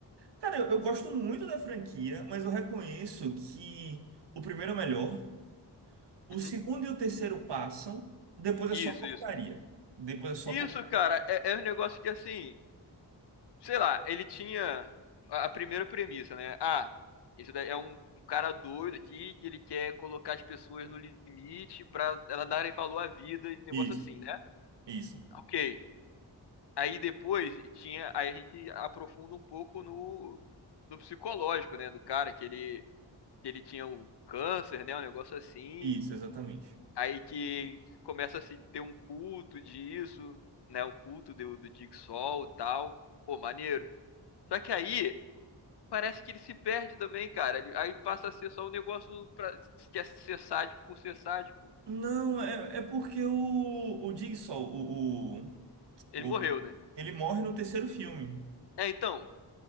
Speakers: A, on the right; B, on the left.
A: Cara, eu, eu gosto muito da franquia, mas eu reconheço que o primeiro é o melhor, o
B: Uhum.
A: segundo e o terceiro passam, depois
B: Isso,
A: é só porcaria.
B: isso.
A: Depois é só
B: Isso,
A: porcaria.
B: cara, é, é um negócio que assim. sei lá, ele tinha a a primeira premissa, né? Ah, esse daí é um cara doido aqui que ele quer colocar as pessoas no limite pra elas darem valor à vida e negócio
A: Isso,
B: assim, né?
A: isso,
B: Ok. Aí depois tinha, aí a gente aprofunda um pouco no, no psicológico, né, do cara que ele que ele tinha o câncer, né, um negócio assim.
A: isso, exatamente.
B: Aí que ele começa a se ter um culto disso, né, o culto do, do Jigsaw e tal. Pô, maneiro. Só que aí parece que ele se perde também, cara. Ele- aí passa a ser só um negócio pra, que é ser sádico por ser sádico.
A: Não, é, é porque o, o Jigsaw, o, o,
B: Ele morreu,
A: o-
B: né?
A: ele morre no terceiro filme.
B: É, então,